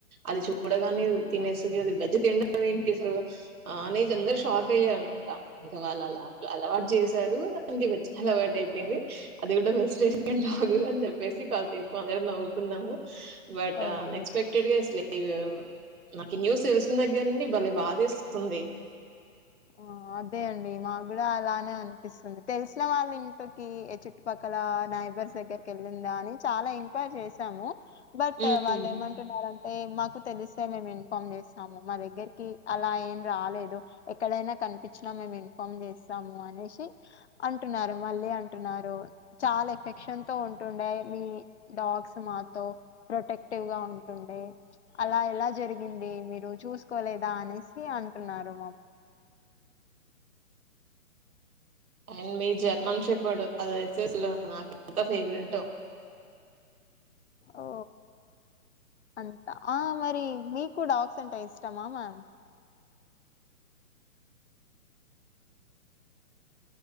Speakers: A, on the right (about 75°); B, on the left (about 50°).
A: అది చూడగానే తినేస్తది అది వెజ్ తినడం ఏంటసలు ఆ నీ జందరు షాక్ అయ్య <unintelligible> ఇంక న అలవాటు చేశారు దానికి వచ్చి అలవాట్ ఐపేంది అది కూడా ప్రేస్టేజి ఉంటాగు అని చె సి కాసేపు అందరము నవ్వుకున్నాము బట్
B: ఓకే
A: అన్ ఎక్స్పెక్టెడ్ గా అసలేం ఇగో నాకు ఈ న్యూస్ తెలిసినదగ్గర్నుండి భలే బాధేస్తుంది
B: ఆ అదే అండి మాకు కూడా అలానే అనిపిస్తుంది తెలిసిన వాళ్ళ ఇంటికి ఇక చుట్టుపక్కల నైబర్స్ దగ్గరికి వెళ్ళిందా అని చాలా ఎంక్వైరీ చేశాము బట్
A: ఉమ్.
B: వాళ్ళేమంటున్నారు అంట్ ఈ మాకు తెలిస్తే మేము ఇన్ఫార్మ్ చేస్తాము మా దగ్గరికి అలా ఏం రాలేదు ఎక్కడైనా కనిపించినా మేము ఇన్ఫార్మ్ చేస్తాము అనేసి అంటున్నారు మళ్ళీ అంటున్నారు చాలా ఎఫెక్షన్ తో ఉంటుండే మీ డాగ్స్ మాతో ప్రొటెక్టివ్ గా ఉంటుండే అలా ఎలా జరిగింది మీరు చూసుకోలేదా అనేసి అంటున్నారు మా
A: అండ్ మీ జర్మన్ షెపడ్ అది ఐతే అసలు నాకు ఎంత ఫేవరెట్టో
B: ఓ అంతా ఆ మరి మీకు డాగ్స్ అంటా ఇష్టమా మ్యామ్